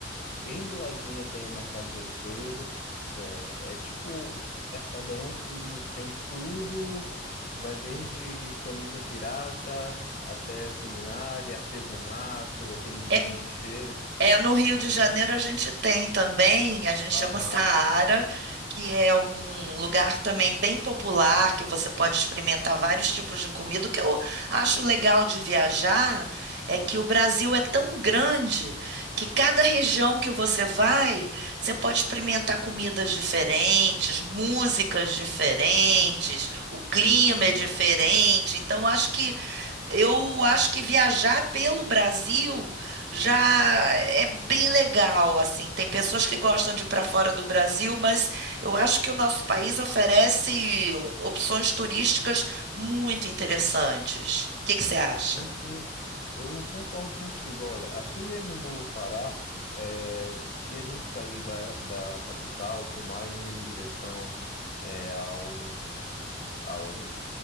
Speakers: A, on the left (about 50°); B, on the right (about 65°).
A: Bem do ladinho tem o mercado Vero que é, é tipo um mercadão que tem tudo, vai desde camisa pirata até culinária, artesanato, aqueles
B: É,
A: banhos de cheiro.
B: É, no Rio de Janeiro a gente tem também, a gente chama
A: Aham,
B: Saara, que é um lugar também bem popular, que você pode experimentar vários tipos de comida. O que eu acho legal de viajar é que o Brasil é tão grande que cada região que você vai, você pode experimentar comidas diferentes, músicas diferentes, o clima
A: uhum.
B: é diferente. Então, acho que eu acho que viajar pelo Brasil já é bem legal, assim. Tem pessoas que gostam de ir para fora do Brasil, mas eu acho que o nosso país oferece opções turísticas muito interessantes. O que que você acha?
A: Enfim, eu concordo contigo. Olha, aqui mesmo no Pará, é, se a gente sair da, da capital, for mais em direção é, ao ao